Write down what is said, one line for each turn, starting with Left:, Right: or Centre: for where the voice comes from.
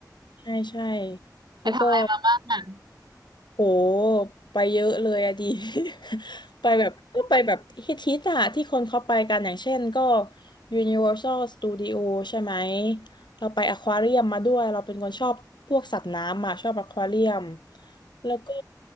Left: ใช่ใช่
Right: ไปทำอะไรมาบ้างอ่ะ
Left: แล้วก็ โหไปเยอะเลยอะดี <laughs> ไปแบบก็ไปแบบฮิตฮิตอะที่คนเขาไปกันอย่างเช่นก็ Universal Studio ใช่ไหม เราไปอควาเรียมมาด้วยเราเป็นคนชอบพวกสัตว์น้ำอะชอบอควาเรียม แล้วก็